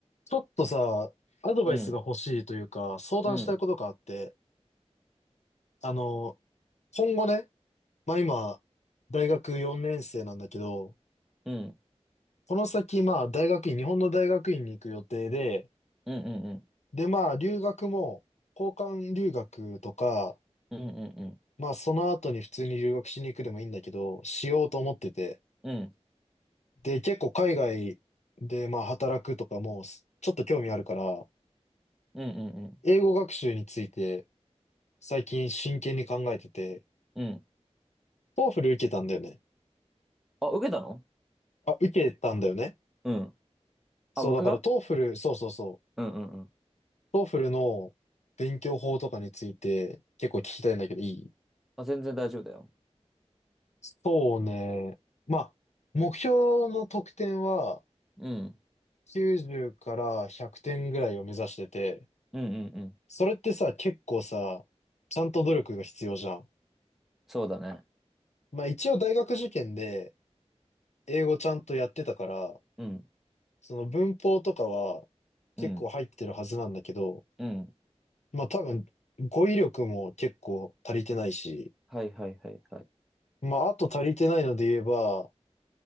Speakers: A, on the left (about 80°); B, in the centre.
A: ちょっとさ、アドバイスが欲しいというか、
B: うん、
A: 相談したいことがあって、
B: うん、
A: あの、今後ね、まあ今、大学4年生なんだけど、
B: うん、
A: この先、まあ大学院、日本の大学院に行く予定で、
B: うん、うん、
A: でまあ留学も、交換留学とか、
B: うん、うん、うん、
A: まあその後に普通に留学しに行くでもいいんだけど、しようと思ってて。
B: うん、うん、
A: で、結構海外でまあ働くとかも、ちょっと興味あるから、
B: うん、うん、
A: 英語学習について最近真剣に考えてて、
B: うん。
A: トーフル受けたんだよね。
B: あ、受けたの
A: あ、受けたんだよね。
B: うん。
A: そう、
B: あ、僕が
A: だからトーフル、そうそうそう。
B: うん、うん、うん。
A: トーフルの勉強法とかについて結構聞きたいんだけど、いい
B: あ、全然大丈夫だよ。
A: そうね。まあ、目標の得点は
B: うん、
A: 90から100点ぐらいを目指してて、
B: うん、うん、うん。
A: それってさ、結構さ、ちゃんと努力が必要じゃん。
B: そうだね。
A: まあ一応大学受験で英語ちゃんとやってたから、
B: うん、
A: その文法とかは結構入ってるはずなんだけど、
B: うん、うん。
A: まあ多分、語彙力も結構足りてないし、
B: はい、はい、はい、はい。
A: まああと足りてないので言えば、